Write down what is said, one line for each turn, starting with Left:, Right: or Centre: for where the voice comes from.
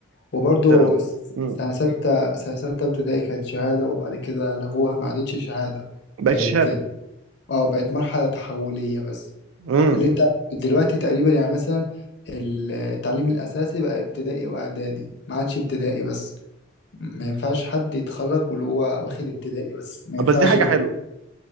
Left: وبرضه
Right: تمام
Left: س- سنه سته سنه سته ابتدائي كانت شهاده وبعد كده لغوها ما عادتش شهاده
Right: بقت
Left: بقت
Right: شهاده
Left: اه بقت مرحله تحوليه بس
Right: امم
Left: اللي انت دلوقتي تقريبا يعني مثلا التعليم الأساسي بقى ابتدائي وإعدادي ما عادش ابتدائي بس ما ينفعش حد يتخرج واللي هو واخد ابتدائي بس ما ينفعش
Right: بس دي حاجه
Left: ده
Right: حلوه